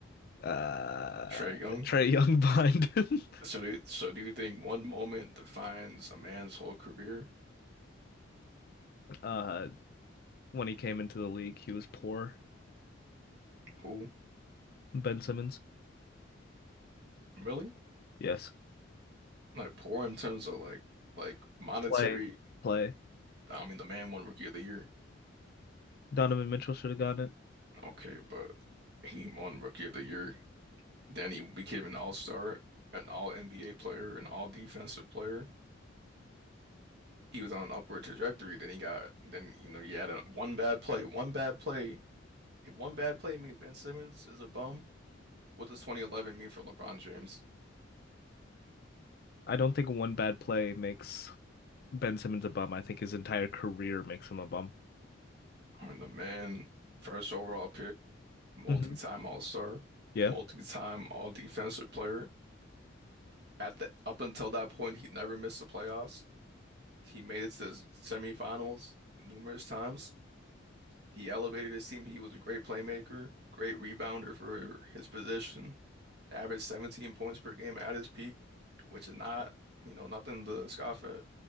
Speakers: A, on the left; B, on the right.
A: Uh,
B: Trey Young.
A: Trey Young <laughs> behind him.
B: So do so do you think one moment defines a man's whole career?
A: Uh, when he came into the league, he was poor.
B: Who?
A: Ben Simmons,
B: Really?
A: yes,
B: Like poor in terms of like like monetary.
A: play, play.
B: I mean, the man won Rookie of the Year.
A: Donovan Mitchell should have gotten it.
B: Okay, but he won Rookie of the Year. Then he became an All-Star, an All-NBA player, an All-Defensive player. He was on an upward trajectory. Then he got then you know you had a, one bad play, one bad play. If one bad play means Ben Simmons is a bum, what does 2011 mean for LeBron James?
A: I don't think one bad play makes Ben Simmons a bum. I think his entire career makes him a bum.
B: I mean, the man, first overall pick, multi-time
A: hmm
B: All-Star,
A: Yeah,
B: multi-time All-Defensive player. at the up until that point, he never missed the playoffs. He made it to the semifinals numerous times. He elevated his team. He was a great playmaker, great rebounder for his position. Averaged 17 points per game at his peak, which is not, you know, nothing to scoff at.